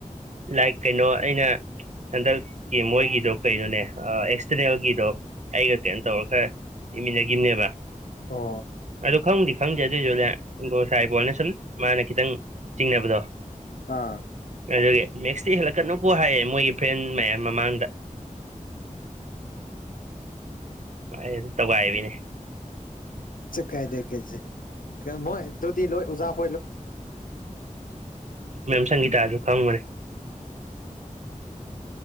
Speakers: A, on the right; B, on the left.
A: ꯂꯥꯏꯔꯤꯛ ꯀꯩꯅꯣ ꯑꯩꯅ ꯍꯟꯗꯛꯀꯤ ꯃꯣꯏꯒꯤꯗꯣ ꯀꯩꯅꯣꯅꯦ ꯑꯦꯛꯁꯇꯔꯅꯦꯜꯒꯤꯗꯣ ꯑꯩꯒ ꯀꯩꯅꯣ ꯇꯧꯔ ꯈꯔ ꯏꯃꯤꯟꯅꯈꯤꯕꯅꯦꯕ
B: ꯑꯣ
A: ꯑꯗꯣ ꯈꯪꯕꯨꯗꯤ ꯈꯪꯖꯦ ꯑꯗꯨ <inaudible> ꯁꯥꯔ ꯏꯕꯣꯜꯅ ꯁꯨꯝ ꯃꯥꯅ ꯈꯤꯇꯪ ꯆꯤꯡꯅꯕꯗꯣ
B: ꯑꯥ <unintelligible>
A: ꯑꯗꯨꯒꯤ ꯃꯦꯛꯁꯇ ꯍꯦꯜꯂꯛꯀꯅꯨꯀꯣ ꯍꯥꯏꯌꯦꯦ ꯃꯣꯏꯒꯤ ꯐ꯭ꯔꯦꯟ ꯃꯌꯥꯝ ꯃꯃꯥꯡꯗ ꯑꯩ ꯑꯗꯨ ꯇꯣꯒꯥꯏꯕꯤꯅꯦ
B: ꯀꯥꯏꯗ ꯀꯩꯁꯦ ꯃꯣꯏ ꯑꯗꯨꯗꯤ ꯂꯣꯏ ꯎꯖꯥꯎ
A: ꯃꯦꯝ ꯁꯪꯒꯤꯇꯥ ꯍꯥꯏꯒ ꯈꯪ ꯕꯅꯤ
B: ꯎꯝ